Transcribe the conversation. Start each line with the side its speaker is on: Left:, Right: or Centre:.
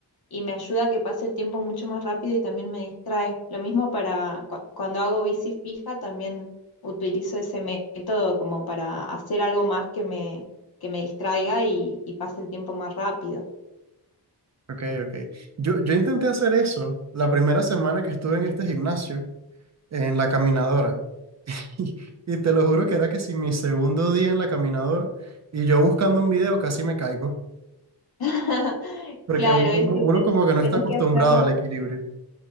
Left: y me ayuda a que pase el tiempo mucho más rápido y también me distrae. Lo mismo para cu- cuando hago bici fija, también utilizo ese método como para hacer algo más que me, que me distraiga y, y pase el tiempo más rápido.
Right: Ok, ok. Yo, yo intenté hacer eso la primera semana que estuve en este gimnasio, en la caminadora. <laughs> Y te lo juro que era que si mi segundo día en la caminadora y yo buscando un video casi me caigo,
Left: <laughs>
Right: porque
Left: Claro,
Right: uno,
Left: es que
Right: uno
Left: ten-
Right: como que no
Left: tenés
Right: está acostumbrado
Left: que hacerlo.
Right: al equilibrio.